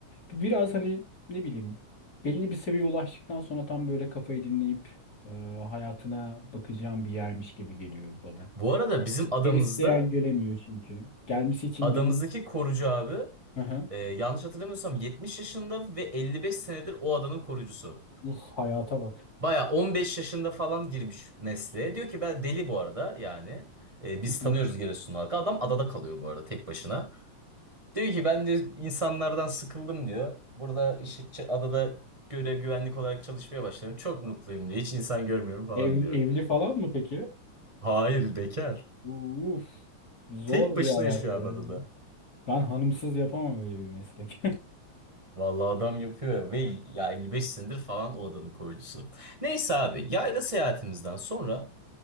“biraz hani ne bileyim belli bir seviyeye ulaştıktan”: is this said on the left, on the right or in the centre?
Left